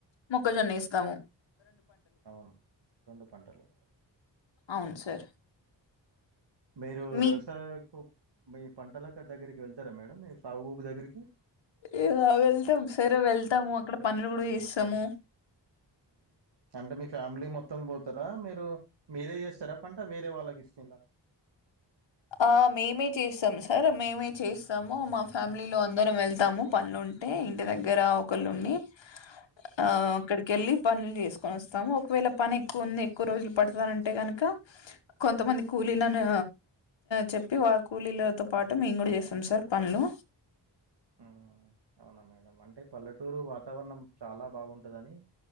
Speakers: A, on the left (about 75°); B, on the right (about 65°).
A: మొక్కజొన్న ఇేస్తాము
B: అవును రెండు పంటలు
A: అవును సార్
B: మీరు
A: మీ
B: వ్యవసాయకు మీ పంటలక్క దగ్గరికి వెళ్తారా మేడం మీ సాగుబాబు దగ్గరికి
A: ఇలా వెళ్తాం సరే వెళ్తాము అక్కడ పనులు కూడా ఇస్తాము
B: అంటే మీ ఫ్యామిలీ మొత్తం పోతారా మీరు మీరే చేస్తారా పంట వేరే వాళ్ళకి ఇస్తులా
A: ఆ మేమే చేస్తాం సార్ మేమే చేస్తాము మా ఫ్యామిలీలో అందరం వెళ్తాము పనులుంటే ఇంటి దగ్గర ఒకళుండి ఆ అక్కడికి వెళ్ళి పనులు చేసుకొని వస్తాము ఒకవేళ పని ఎక్కువ ఉంది ఎక్కువ రోజులు పడతనంటే కనుక కొంతమంది కూలీలను చెప్పి వా కూలీలతో పాటు మేము కూడా చేస్తాం సార్ పనులు
B: ఆ అవునా మేడం అంటే పల్లెటూరు వాతావరణం చాలా బాగుంటదని